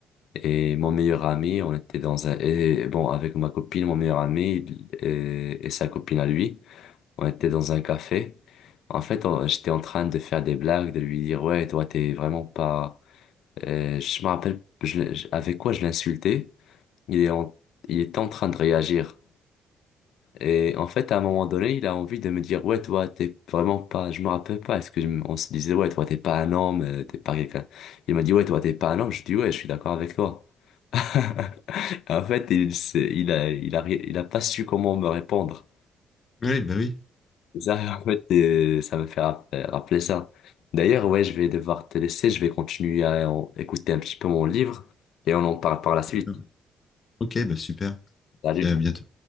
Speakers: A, on the left; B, on the left.
A: et mon meilleur ami, on était dans un, et bon, avec ma copine, mon meilleur ami et, et sa copine à lui, on était dans un café. En fait, on- j'étais en train de faire des blagues, de lui dire, ouais, toi, t'es vraiment pas, euh, je me rappelle, je l'ai- je- avec quoi je l'insultais? il est en, il est en train de réagir. Et en fait, à un moment donné, il a envie de me dire, ouais, toi, t'es vraiment pas, je me rappelle pas, est-ce que je me- on se disait, ouais, toi, t'es pas un homme, euh, t'es pas quelqu'un. Il m'a dit, ouais, toi, t'es pas un homme. Je dis, ouais, je suis d'accord avec toi. <laughs> En fait, il, s'est- il a, il a, ri- il a pas su comment me répondre.
B: Oui, bah oui.
A: Et Ça, <laughs> en fait, euh, ça me fait rappeler, rappeler ça. D'ailleurs, ouais, je vais devoir te laisser, je vais continuer à en- écouter un petit peu mon livre et on en parle par la suite.
B: D'accord. Ok, bah super.
A: Salut.
B: Puis à bientôt.